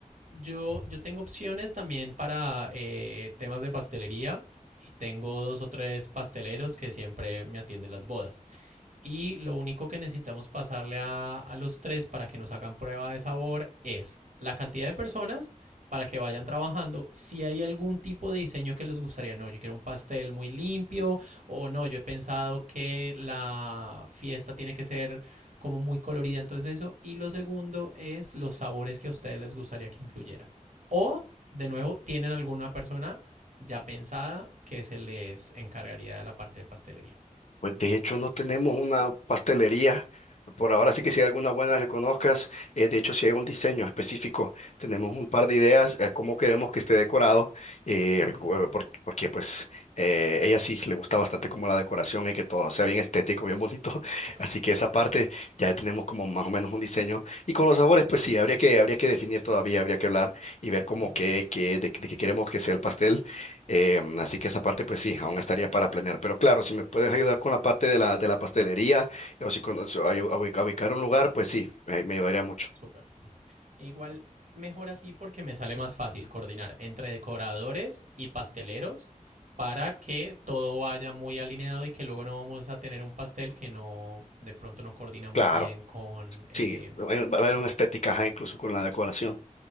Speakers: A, on the right; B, on the left.
A: yo, yo tengo opciones también para eh, temas de pastelería y tengo dos o tres pasteleros que siempre me atienden las bodas. Y lo único que necesitamos pasarle a, a los tres para que nos hagan prueba de sabor es la cantidad de personas para que vayan trabajando si hay algún tipo de diseño que les gustaría. No, yo quiero un pastel muy limpio o no, yo he pensado que la fiesta tiene que ser como muy colorida, entonces eso. Y lo segundo es los sabores que a ustedes les gustaría que incluyeran. O, de nuevo, tienen alguna persona ya pensada que se les encargaría de la parte de pastelería.
B: Pues de hecho no tenemos una pastelería. Por ahora sí que si hay alguna buena que conozcas, eh, de hecho si hay un diseño específico, tenemos un par de ideas a cómo queremos que esté decorado, eh,
A: Ujú,
B: el hue- porque, porque, pues eh, ella sí le gusta bastante como la decoración y que todo sea bien estético, bien bonito. <laughs>
A: Ok.
B: Así que esa parte ya tenemos como más o menos un diseño. Y con los sabores, pues sí, habría que, habría que definir todavía, habría que hablar y ver como
A: Uh -huh.
B: que, que de, de qué queremos que sea el pastel. Em, así que esa parte, pues sí, aún estaría para planear. Pero claro, si me puedes ayudar con la parte de la, de la pastelería o si conoces a, a ubica- ubicar un lugar, pues sí, me, me ayudaría mucho.
A: Súper. Igual mejor así porque me sale más fácil coordinar entre decoradores y pasteleros para que todo vaya muy alineado y que luego no vamos a tener un pastel que no de pronto no coordina muy
B: Claro,
A: bien con eh,
B: sí, va a haber va a haber una estética, ajá, incluso con la decoración.